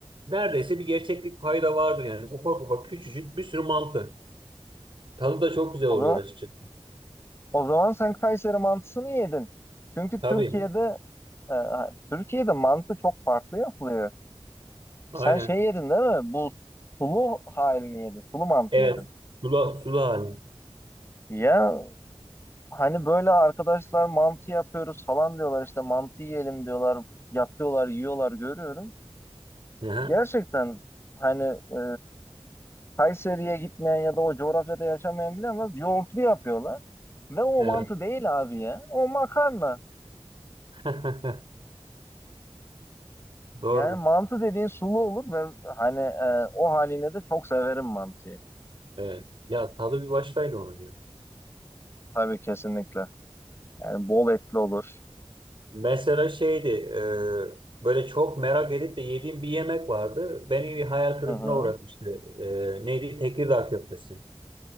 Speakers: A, on the right; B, on the left.
A: neredeyse bir gerçeklik payı da vardır yani. Ufak ufak küçücük bir sürü mantı. Tadı da çok güzel
B: O
A: oluyor
B: zaman,
A: açıkçası.
B: o zaman sen Kayseri mantısını yedin. Çünkü Türkiye'de
A: Tabii.
B: e, Türkiye'de mantı çok farklı yapılıyor. Sen
A: Aynen.
B: şey yedin değil mi? Bu sulu halini yedin. Sulu mantı
A: Evet.
B: yedin.
A: Sulu, sulu hali.
B: Ya hani böyle arkadaşlar mantı yapıyoruz falan diyorlar işte mantı yiyelim diyorlar. Yapıyorlar, yiyorlar görüyorum.
A: Hı hı.
B: Gerçekten hani e, Kayseri'ye gitmeyen ya da o coğrafyada yaşamayan bilemez. Yoğurtlu yapıyorlar. Ve o
A: Evet.
B: mantı değil abi ya. O makarna.
A: <laughs> Doğrudur.
B: Yani mantı dediğin sulu olur ve hani e, o haline de çok severim mantıyı.
A: Evet. Ya tadı bir başkaydı onun ya.
B: Tabii kesinlikle. Yani bol etli olur.
A: Mesela şeydi e, böyle çok merak edip de yediğim bir yemek vardı. Beni bir hayal kırıklığına
B: Hı hı.
A: uğratmıştı. E, neydi? Tekirdağ köftesi.